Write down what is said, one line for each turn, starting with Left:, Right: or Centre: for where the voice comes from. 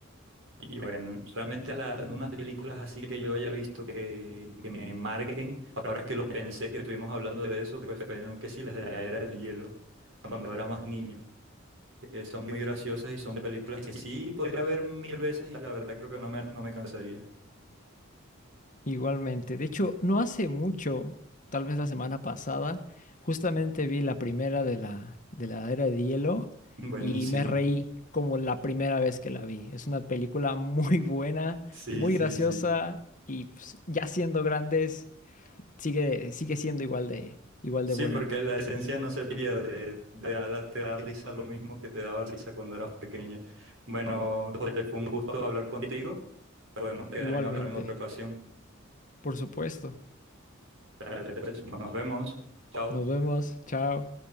Right: Y bueno, realmente la- unas películas así que yo haya visto que, que me marquen, ahora que lo pensé, que estuvimos hablando de eso, pues fueron que sí, las de la era del hielo, cuando era más niño, que son muy graciosas y son películas que sí podría ver mil veces y la verdad creo que no me, no me cansaría.
Left: Igualmente. De hecho, no hace mucho, tal vez la semana pasada, justamente vi la primera de la, de la Era de Hielo
Right: <laughs> Buenísima.
Left: y me reí como la primera vez que la vi. Es una película <laughs> muy buena,
Right: Sí,
Left: muy
Right: sí,
Left: graciosa
Right: sí.
Left: y pues, ya siendo grandes, sigue, sigue siendo igual de, igual
Right: Sí,
Left: de buena.
Right: porque la esencia no se pierde, te da, te da risa lo mismo que te daba risa cuando eras pequeña. Bueno, José, fue un gusto hablar contigo. Podemos quedar
Left: Igualmente.
Right: en hablar en otra ocasión.
Left: Por supuesto.
Right: Dale, pues, nos vemos. Chao.
Left: Nos vemos. Chao.